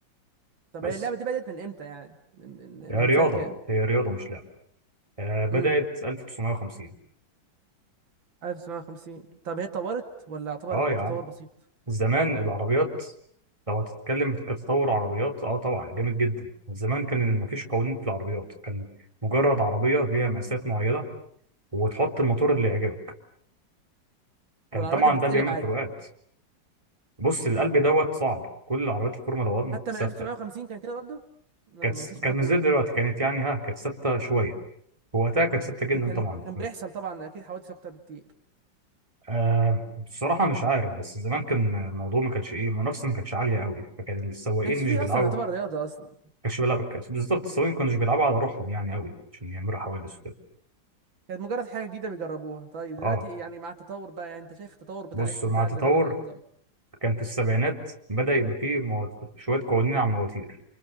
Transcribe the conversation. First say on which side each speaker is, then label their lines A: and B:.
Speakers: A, on the right (about 80°); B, on the right (about 15°).
A: طب
B: بس
A: هي اللعبه دي بدات من امتى يعني من من,
B: هي
A: من
B: رياضة
A: سنه كام
B: هي رياضة مش لعبة آه بدأت
A: امم
B: 1950
A: 1950 طب هي اتطورت ولا يعتبر
B: اه يا
A: تطور
B: عم
A: بسيط
B: زمان العربيات لو هتتكلم كتطور عربيات اه طبعا جامد جدا زمان كان مفيش قوانين في العربيات كان مجرد عربية ليها مقاسات معينة وتحط الموتور
A: مم.
B: اللي يعجبك كان
A: والعربيه
B: طبعا
A: كانت بتتقلب
B: ده بيعمل
A: عادي
B: فروقات بص القلب دوت صعب كل عربيات الفورمولا 1
A: حتى
B: ثابتة
A: من 1950 كان كده برضه ما
B: كانت
A: ما فيش
B: كانت
A: برضه
B: مش زي دلوقتي كانت يعني ها كانت ثابتة شوية وقتها كانت ثابتة
A: لكن
B: جدا
A: كان
B: طبعا
A: كان بيحصل طبعا اكيد حوادث اكتر بكتير
B: آه بصراحة مش عارف بس زمان كان الموضوع ما كانش ايه المنافسة ما كانتش عالية قوي فكان السواقين
A: ما كانش
B: مش
A: فيه
B: بيلعبوا
A: اصلا يعتبر
B: ما
A: رياضه اصلا
B: كانش بيلعب بالظبط السواقين ما كانوش بيلعبوا على روحهم يعني قوي عشان يعملوا حوادث وكده
A: كانت مجرد حاجه جديده بيجربوها طيب دلوقتي
B: اه
A: يعني مع التطور بقى يعني انت شايف التطور بتاع
B: بصوا
A: بتاع
B: مع التطور
A: الرياضه دي إيه نظام
B: كان في السبعينات بدأ يبقى فيه مو- شوية قوانين على المواتير